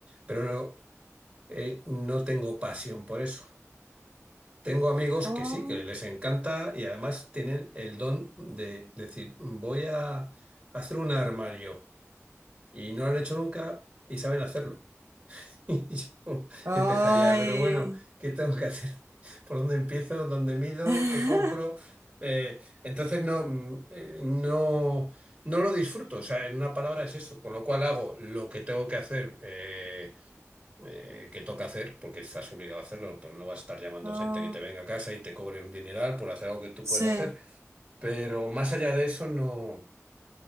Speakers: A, on the right; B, on the right.
A: Pero no, eh, no tengo pasión por eso. Tengo amigos
B: Oh,
A: que sí, que les encanta y además tienen el don de decir, voy a hacer un armario y no lo han hecho nunca y saben hacerlo. <laughs> Y Yo
B: ay.
A: empezaría, pero bueno, ¿qué tengo que hacer? ¿Por dónde empiezo? ¿Dónde mido?
B: <laughs>
A: ¿Qué compro? Eh, entonces no, mm, eh, no, no lo disfruto. O sea, en una palabra es eso. Con lo cual hago lo que tengo que hacer, eh, eh, que toca hacer, porque estás obligado a hacerlo. Pues no vas a estar llamando
B: Oh,
A: gente que te venga a casa y te cobre un dineral por hacer algo que tú
B: sí,
A: puedes hacer. Pero más allá de eso, no,